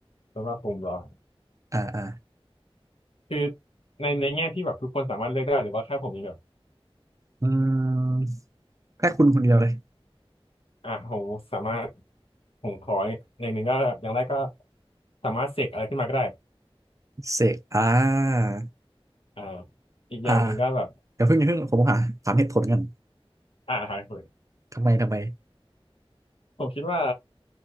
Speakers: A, on the left; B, on the right.
A: สำหรับผมเหรอ
B: อ่าอ่า
A: คือในในแง่ที่แบบทุกคนสามารถเลือกได้หรือว่าแค่ผมนี่างเดียว
B: อืมแค่คุณคนเดียวเลย
A: อ่ะผมสามารถผมขออย่างหนึ่งก็อย่างแรกก็สามารถเสกอะไรขึ้นมาก็ได้
B: เสกอ่า
A: อ่าอีกอย่างหนึ่งก็แบบ
B: อ่าเดี๋ยวเพิ่งอย่าเพิ่งผมหาถามเหตุผลกัน
A: อ่าหายเผย
B: ทำไมทำไม
A: ผมคิดว่า